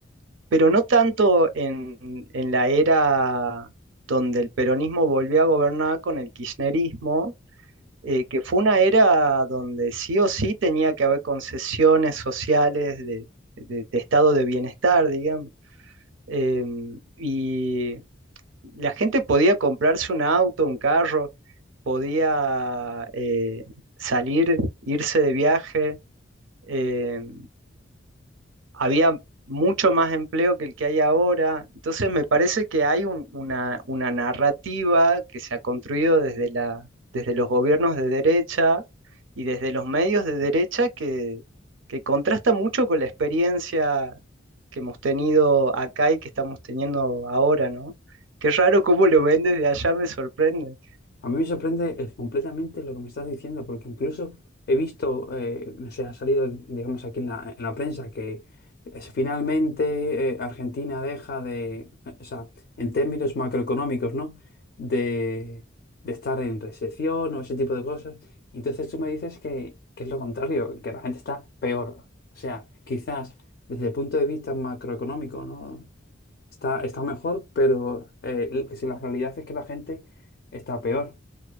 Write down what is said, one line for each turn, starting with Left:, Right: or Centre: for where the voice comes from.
Right: pero no tanto en, en la era donde el peronismo volvió a gobernar con el kirchnerismo, eh, que fue una era donde sí o sí tenía que haber concesiones sociales de, de- de estado de bienestar, digamos em, y la gente podía comprarse un auto, un carro, podía eh, salir, irse de viaje. em, había mucho más empleo que el que hay ahora. Entonces me parece que hay un- una, una narrativa que se ha construido desde la, desde los gobiernos de derecha y desde los medios de derecha que, que contrasta mucho con la experiencia que hemos tenido acá y que estamos teniendo ahora, ¿no? Qué raro cómo lo ven desde allá, me sorprende.
Left: A mí me sorprende eh, completamente lo que me estás diciendo, porque incluso he visto, eh, no sé, ha salido, digamos, aquí en la, en la prensa que es- finalmente eh, Argentina deja de, eh, o sea, en términos macroeconómicos, ¿no? De, de estar en recesión o ese tipo de cosas. Entonces tú me dices que, que es lo contrario, que la gente está peor. O sea, quizás desde el punto de vista macroeconómico, ¿no? Está, está mejor, pero eh, si la realidad es que la gente está peor.